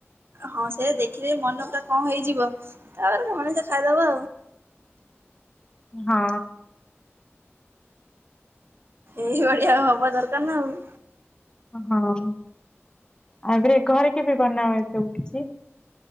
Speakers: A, on the right; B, on the left.
A: ହଁ ସେ ଦେଖିଲେ ମନ ପୁରା କଣ ହେଇଯିବ ତାପରେ ସେମାନେ ସେ ଖାଇଦବ।
B: ହଁ।
A: ଏଇଭଳିଆ ହବା ଦରକାର ନା ଆଉ।
B: ହଁ ଆରେ ଘରେ କେବେ ବନାଅ ଏ ସବୁ?